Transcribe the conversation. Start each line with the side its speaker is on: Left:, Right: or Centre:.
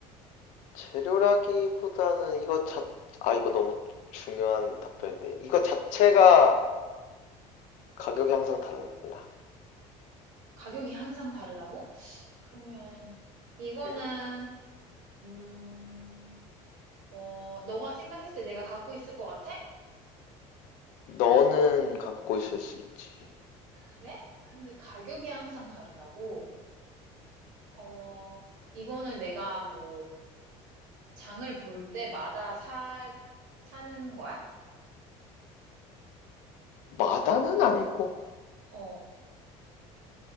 Left: 재료라기보다는 이거 자, 아, 이거 너무 중요한 답변인데. 이거 자체가 가격이 항상 달라.
Right: 가격이 항상 다르다고? 그러면 이거는
Left: 응.
Right: 음, 어, 너가 생각했을 때 내가 갖고 있을 것 같아?
Left: 너는 갖고 있을 수 있지.
Right: 그래? 근데 가격이 항상 다르다고? 어, 이거는 내가 뭐, 장을 볼 때마다 사, 사는 거야?
Left: 마다는 아니고.
Right: 어,